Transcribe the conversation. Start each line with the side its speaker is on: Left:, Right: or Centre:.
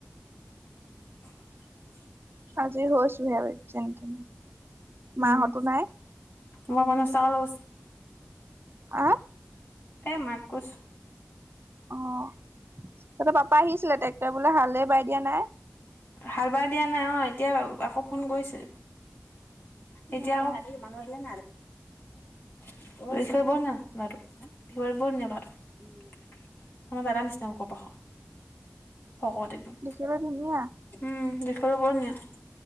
Left: <unintelligible>
Right: আজৰি হৈছোহে যেনে তেনে।
Left: উম,
Right: মাহঁতো নাই
Left: মই পঞ্চাশ টকা লৈ গৈছো।
Right: অ'।
Left: এই মাক কৈছোঁ।
Right: অ' তঁহতৰ পাপা আহিছিলে ট্ৰেক্টৰে বোলে হালেই বাই দিয়া নাই।
Left: হাল বাই দিয়া নাই, অ' এতিয়া আকৌ ফোন কৰিছে। এতিয়া
Right: অ
Left: আকৌ আহিলে <unintelligible> আমাৰ দাদাৰ নিচিনা ওখ-পাখ। শকত একদম
Right: দেখিবলৈ ধুনীয়া
Left: উম, <unintelligible>